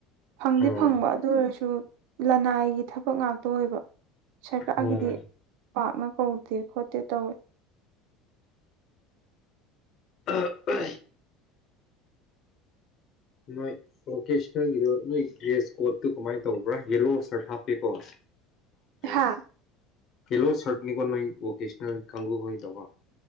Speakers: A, on the right; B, on the left.
A: ꯐꯪꯗꯤ
B: ꯑꯣ
A: ꯐꯪꯕ ꯑꯗꯨ ꯑꯣꯏꯔꯁꯨ ꯂꯅꯥꯏꯒꯤ ꯊꯕꯛ ꯉꯥꯛꯇ ꯑꯣꯏꯕ ꯁꯔꯀꯥꯔꯒꯤꯗꯤ
B: ꯑꯣ
A: ꯄꯥꯛꯅ ꯀꯧꯗꯦ ꯈꯣꯠꯇꯦ ꯇꯧꯋꯦ꯫
B: ꯑ ꯑ ꯅꯣꯏ ꯚꯣꯀꯦꯁꯅꯦꯜꯒꯤꯗꯣ ꯅꯣꯏ ꯗ꯭ꯔꯦꯁ ꯀꯣꯠꯇꯨ ꯀꯃꯥꯏ ꯇꯧꯕ꯭ꯔꯥ ꯌꯦꯂꯣ ꯁꯔꯠ ꯍꯥꯞꯄꯤꯦꯀꯣ ꯑꫭ
A: ꯍꯥ
B: ꯍ꯫ ꯐꯏꯂꯣ ꯁꯔꯠꯅꯤꯀꯣ ꯅꫭꯏ ꯚꯣꯀꯦꯁꯟꯜ ꯀꯪꯒꯨ ꯒꯤꯗꫭꯀꫭ꯫